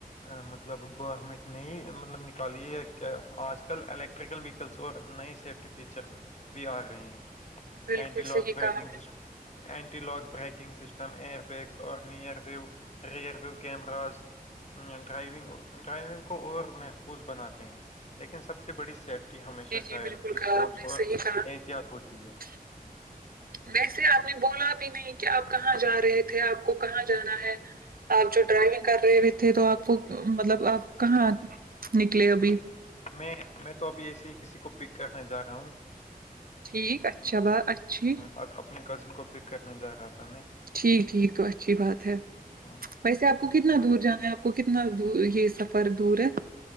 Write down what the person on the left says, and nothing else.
ای مطلب گورمنٹ نے مطلب نکالی ہے کیا آج کل ال ٹریکل ویکلس اور نئے سیفٹی فیچرس بھی آ رہے ہیں
اینٹی
لاک پیکنگ
system anti lock braking system ایر پیکس اور نر ویو رئر ویو کییمراز نیم ڈرائیونگ ڈرائیونگ کو اور محفوظ بناتے ہیں لیکن سب سے بڑی سیف ٹی
ہمیشہ
کی
سوچ
اور
احتیاط ہوتی ہے
میں میں میں تو ابھی ایسے ہی کسی کو پک کرنے جا رہا ہوں
ہ
اپنے کزن کو پک کرنے جا رہا تھا میں
ہاں